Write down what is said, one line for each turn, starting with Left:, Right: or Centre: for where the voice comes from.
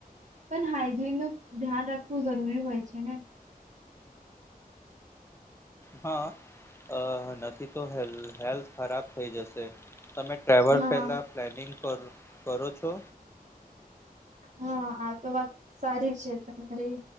Right: પણ હાઈજીનનું, ધ્યાન રાખવું જરૂરી હોય છે ને
Left: હા અ. નથી તો એ હેલ્થ ખરાબ થઈ જશે તમે ટ્રવલ
Right: હા
Left: પહેલાં પ્લેનિંગ કર કરો છો
Right: હ આ તો વાત, સારી છે તમારી